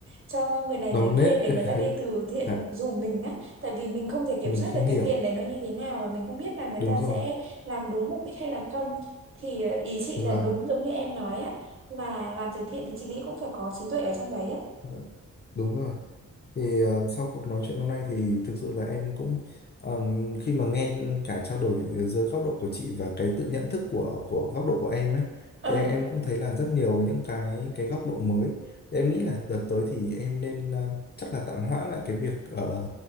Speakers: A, on the right (about 40°); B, on the left (about 35°).
A: cho người này
B: đau
A: người
B: nết
A: kia để
B: cái
A: người ta đi
B: thứ
A: từ thiện
B: dạ
A: giùm mình á tại vì mình không thể kiểm
B: mình
A: soát
B: không
A: được
B: hiểu
A: cái tiền đấy nó như thế nào và mình không biết là người
B: đúng
A: ta
B: rồi
A: sẽ làm đúng mục đích hay là không thì ờ, ý chị
B: vâng
A: là đúng giống như em nói á là làm từ thiện thì chị nghĩ cũng phải có trí tuệ ở trong đấy á
B: dạ, đúng rồi Thì ờ, sau cuộc nói chuyện hôm nay thì thực sự là em cũng ờ, khi mà nghe cả trao đổi giữa góc độ của chị và cái tự nhận thức của của góc độ của em ấy,
A: Ờ,
B: thì em cũng thấy là rất nhiều những cái cái góc độ mới. Thì em nghĩ là đợt tới thì em nên ờ, chắc là tạm hoãn lại cái việc ờ,